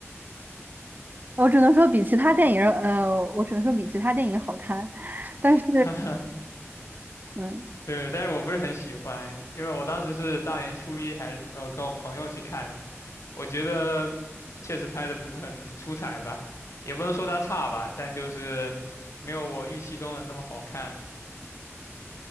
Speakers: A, on the right; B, on the left.
A: 我只能说比其他电影，呃，我只能说比其他电影好看，但是，
B: <laughs>
A: 嗯，
B: 对，但是我不是很喜欢，因为我当时是大年初一还是什么时候跟我朋友去看的，我觉得确实拍的不是很出彩吧，也不能说他差吧，但就是没有我预期中的那么好看。